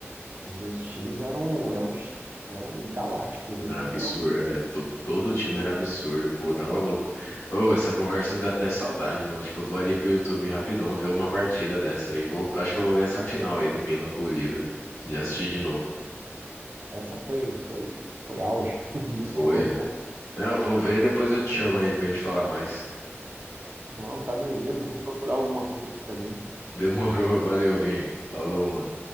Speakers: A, on the right (about 45°); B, on the left (about 80°).
A: Mas os times eram eram es- eram galácticos aí,
B: É Absurdo.
A: literalmente.
B: É, todo, todo time era absurdo. Pô, tá maluco. Ô, essa conversa me dá até saudade, mano. Acho que eu vou ali pro YouTube rapidão ver uma partida dessa aí. Vou, acho que eu vou ver essa final aí do Milan com o Liverpool. Já assisti de novo.
A: Essa foi foi, foi auge, <laughs> muito
B: Foi.
A: boa.
B: É, eu vou ver, depois eu te chamo aí pra gente falar mais.
A: Não, tá beleza, eu vou procurar alguma coisa aqui também.
B: Demorou, valeu, Vini. Falou, mano.